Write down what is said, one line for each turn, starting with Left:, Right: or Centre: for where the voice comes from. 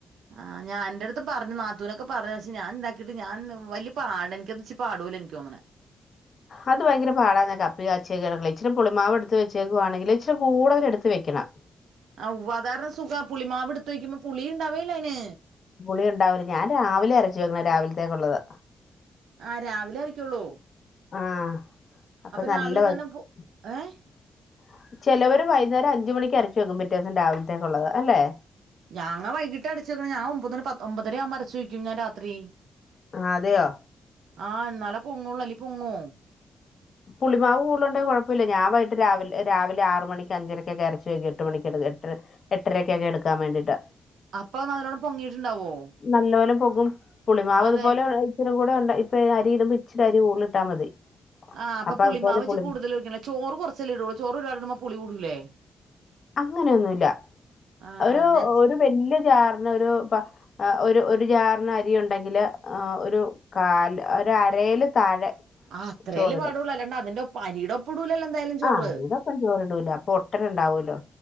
Right: ആഹ് എന്റെ അടുത്തും പറഞ്ഞു നാത്തൂനൊക്കെ പറഞ്ഞു പക്ഷെ ഞാൻ ഇണ്ടാക്കിട്ട് ഞാൻ വല്ലിയ പാട് എനിക്ക്ത് ഇച്ചി പാട് പോലെയാ നിക്ക് തോന്നണെ
Left: അത് ഭയങ്കര പാടന്നെ കപ്പികാച്ചല് ഇച്ചരി പുളിമാവ് എടുത്തു വെച്ചേക്കുവാണെങ്കിൽ ഇച്ചരി കൂടുതല് എടുത്ത് വെക്കണം
Right: ആ ഉവ്വാ അത് കാരണം സുഖാ പുളി മാവ് എടുത്തു വയ്ക്കുമ്പോൾ പുളി ഇണ്ടാവേല്ലോ അയിന്
Left: പുളി ഉണ്ടാവില്ല ഞാൻ രാവിലെ അരച്ചു വെക്കണെ രാവിലത്തേക്കുള്ളത്
Right: ആഹ് രാവിലെ അരക്കുള്ളൂ
Left: ആഹ് അപ്പൊ നല്ല
Right: രാവിലെ തന്നെ പു
Left: <unintelligible>
Right: ഏഹ്
Left: ചെലവര് വൈുന്നേരം അഞ്ച് മണിക്ക് അരച്ച് വെക്കും പിറ്റേന്ന് രാവിലത്തേക്കുള്ളത് അല്ലെ
Right: ഞങ്ങള് വൈകിട്ട് അരച്ച് ഞാൻ ഒമ്പത് ഒമ്പതരയാകൻ അരച്ച് വെക്കും ഞാൻ രാത്രി
Left: ആഹ് അതെയോ
Right: ആഹ് എന്നാലെ പൊങ്ങൂള്ളല്ലോ അലി പൊങ്ങുവോ
Left: പുളിമാവ് കൂടുലുന്നുണ്ട കൊഴപ്പമില്ല ഞാൻ വൈകിട്ട് രാവില രാവിലെ ആറ് മണി അഞ്ചരക്കൊക്കെ അയരച്ച് വെച്ചിട്ട് എട്ട് മണിക്ക എ എട്ട- എട്ടരയ്ക്കൊക്കെ എടുക്കാൻ വേണ്ടീട്ട്
Right: അപ്പൊ നല്ലോണം പൊങ്ങിയിട്ടുണ്ടാവോ
Left: നല്ല പോലെ പെകും പുളിമാവ്
Right: അതേലെ
Left: ഇതുപോലെ ഇച്ചിരിം കൂടെ ഉണ്ട ഇപേ അരിയിടുബം ഇച്ചിരി അരി കൂടുതൽ ഇട്ടാൽ മതി
Right: ആഹ് അപ്പ
Left: അപ്പൊ
Right: പുളിമാവ്
Left: അതുപോലെ
Right: വെച്ച്
Left: പുളി
Right: കൂടുതൽ വെക്ക ചോറ് കുറച്ചല്ല ഇടള്ളൂ ചേറ് ഒരു പാട് ഇട്ടുബോ പുളി കൂടൂലേ
Left: അങ്ങനെയൊന്നുമല്ല
Right: ആഹ്
Left: ഒരു
Right: ഞാൻ
Left: ഒരു വലിയ ജാറിനെ ഒരു പ ആ ഒരു ഒരു ജാറിന് അരി ഉണ്ടെങ്കില് ആ ഒരു കാല് ഒരു അരയില് താഴെ
Right: ആ അത്രേൽ
Left: ചോറിടും
Right: പാടു വെള്ള അല്ലാണ്ട് അതിന്റെ ഒപ്പ അരിയുടെ ഒപ്പം ഇടൂലല്ലോ എന്തായാലും ചോറ്
Left: ആ അരിയുടെ ഒപ്പം ചോറിടൂല അപ്പൊ ഒട്ടനുണ്ടാവുമല്ലോ